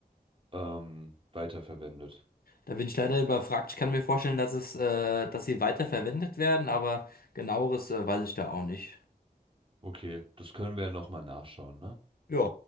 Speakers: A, on the right; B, on the left.
A: ähm, weiterverwendet?
B: Da bin ich leider überfragt. Ich kann mir vorstellen, dass es, äh, dass sie weiterverwendet werden, aber genaueres, äh, weiß ich da auch nicht.
A: Okay, das können wir ja nochmal nachschauen, ne?
B: Ja.